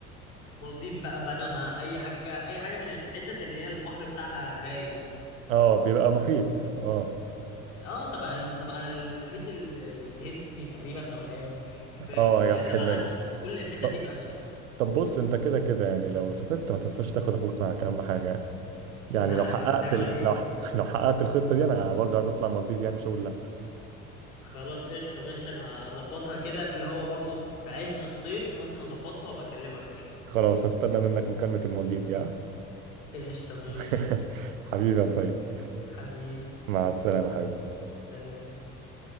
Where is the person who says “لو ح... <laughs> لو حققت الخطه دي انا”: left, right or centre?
Right